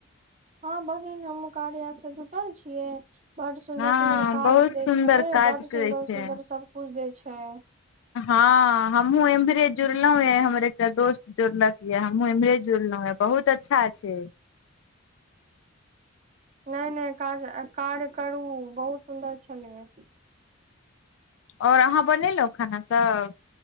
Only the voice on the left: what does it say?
हँ
बहुत
सुन्दर
काज
करै
छै
ह हमू एम्हरे जुड़लो ये हमर एकटा दोस्त जुड़लक ये हमहु एम्हरे जुड़लो ये बहुत बहुत अच्छा छै
आओर अहाँ बनेलौ खाना सभ